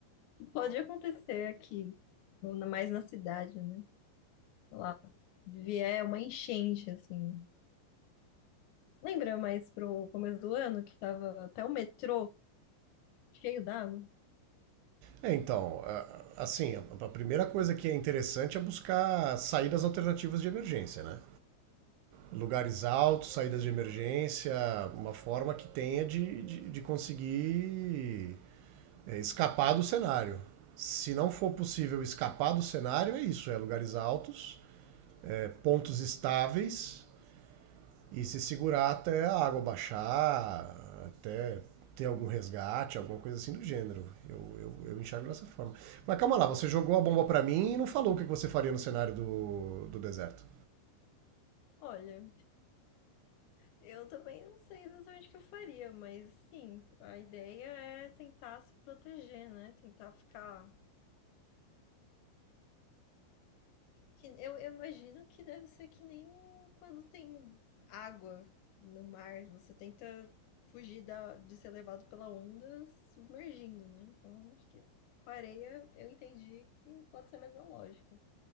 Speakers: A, on the left; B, on the right.
A: que pode acontecer aqui, ou na- mais na cidade, né? Sei lá, vier uma enchente, assim. Lembra mais pro começo do ano que tava até o metrô cheio d'água?
B: É, então, é, assim, a primeira coisa que é interessante é buscar saídas alternativas de emergência, né? Lugares altos, saídas de emergência, uma forma que tenha de, de, de conseguir é, escapar do cenário. Se não for possível escapar do cenário, é isso: é lugares altos, é pontos estáveis e se segurar até a água baixar, até ter algum resgate, alguma coisa assim do gênero. Eu, eu, eu enxergo dessa forma. Mas calma lá, você jogou a bomba pra mim e não falou o que você faria no cenário do, do deserto.
A: Olha, eu também não sei exatamente o que eu faria, mas sim, a ideia é tentar se proteger, né? Tentar ficar Que eu, eu imagino que deve ser que nem quando tem água no mar, você tenta fugir da, de ser levado pela onda submergindo, né? Então, acho que com a areia eu entendi que pode ser a mesma lógica.